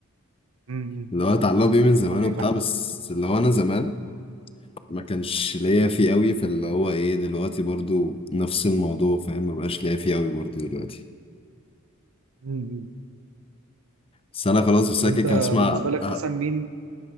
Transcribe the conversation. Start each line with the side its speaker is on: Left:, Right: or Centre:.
Right: امم
Left: اللي هو اتعلق بيه
Right: لكن
Left: من زمان
Right: معايا
Left: وبتاع
Right: بقى.
Left: بس اللي هو انا زمان ما كانش ليا فيه قوي فاللي هو ايه دلوقتي برضو نفس الموضوع فاهم ما بقاش ليا فيه قوي برضو دلوقتي
Right: امم.
Left: بس انا خلاص بساكك
Right: طب انت
Left: هسمع
Right: بالنسبه لك
Left: أه،
Right: مثلا مين